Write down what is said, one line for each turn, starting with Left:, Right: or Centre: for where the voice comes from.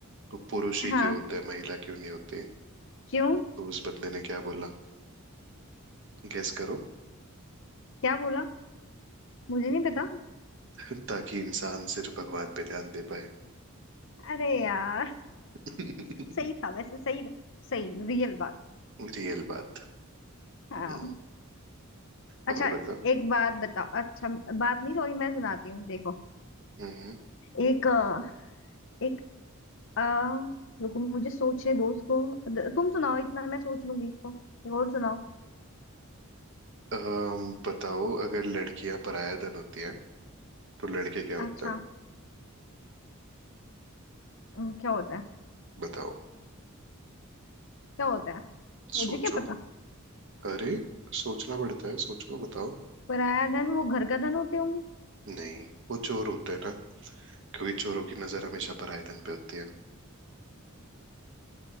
Right: वो पुरुष ही
Left: हाँ
Right: क्यों होते हैं महिला क्यों नहीं होती
Left: क्यों
Right: तो उस बंदे ने क्या बोला गेस करो
Left: क्या बोला मुझे नहीं पता
Right: <laughs> ताकि इंसान सिर्फ भगवान पे ध्यान दे पाए
Left: अरे यार
Right: <laughs>
Left: सही था वैसे सही था, सही रियल बात
Right: रियल बात
Left: हाँ
Right: हम्म, और
Left: अच्छा
Right: बताओ
Left: एक बात बताओ अच्छा बात नहीं सॉरी मैं सुनाती हूँ देखो
Right: हम्म
Left: एक अ, एक आ, रुको मुझे सोचने दो उसको द- तुम सुनाओ इतना मैं सोच लूंगी इसको एक और सुनाओ
Right: अम, बताओ अगर लड़कियां पराया धन होती हैं तो लड़के क्या होता
Left: अच्छा
Right: है
Left: अम, क्या होता है
Right: बताओ
Left: क्या होता है मुझे
Right: सोचो
Left: क्या पता
Right: अरे सोचना पड़ता है सोचो बताओ
Left: पराया धन वो घर का धन होते होंगे
Right: नहीं वो चोर होते हैं ना क्योंकि चोरों की नजर हमेशा पराया धन पे होती है